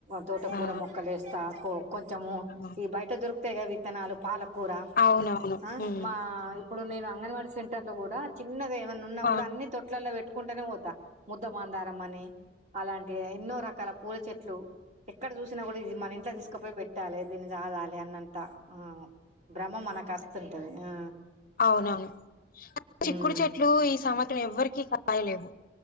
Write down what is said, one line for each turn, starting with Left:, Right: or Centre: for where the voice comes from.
Right: తోట కూర
Left: ఆ
Right: మొక్కలేస్తా కొ కొంచెము
Left: ఆ,
Right: ఈ బయట దొరుక్ తెగ విత్తనాలు పాలకూర
Left: అవునవును
Right: ఆ
Left: ఉమ్,
Right: మా ఇప్పుడు నేనా అంగన్వాడీ సెంటర్ లొ కూడా చిన్నగా ఏమై ఉన్నా
Left: ఆ,
Right: కూడా అన్ని తొట్లల్లొ పెట్టుకుంటనే పోత్ త ముద్దమందారం అనీ అలాంటి ఎన్నో రకాల పూల చెట్లు ఎక్కడ చూసినా కూడా ఇది మన ఇంట్లో తీస్ కపొయ్ పెట్టాలె దీన్ని సాదాలి అన్నంత్ త భ్రమ మనకాస్తుంటది ఆ
Left: అవ్నవును చిక్కుడు
Right: ఉమ్
Left: చెట్లూ ఈ సంవత్సరం ఎవ్వరికి కాయలేవు